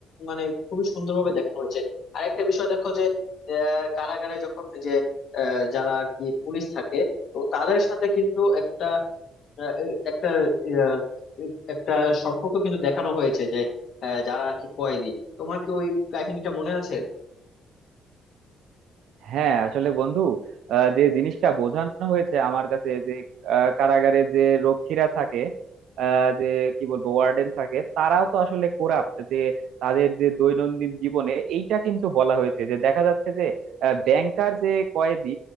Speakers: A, on the left; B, on the right.
A: মানে খুবই সুন্দরভাবে দেখানো হয়েছে আর একটা বিষয় দেখো যে আহ, কারাগারে যখন যে আহ, যারা আর কি পুলিশ থাকে তো তাদের সাথে কিন্তু একটা আহ, এ- একটা আহ, এ- একটা সম্পর্ক কিন্তু দেখানো হয়েছে যে আহ, যারা আর কি কয়েদি তোমার কি ওই কাহিনীটা মনে আছে
B: হ্যাঁ আসলে বন্ধু আহ, যে জিনিসটা বোঝানো হয়েছে আমার কাছে যে আহ, কারাগারে যে রক্ষীরা থাকে আহ, যে কি বলবো ওয়ার্ডেন থাকে তারাও তো আসলে কোরাপ্ট যে তাদের যে দৈনন্দিন জীবনে এইটা কিন্তু বলা হয়েছে যে দেখা যাচ্ছে যে ব্যাংকার যে কয়েদি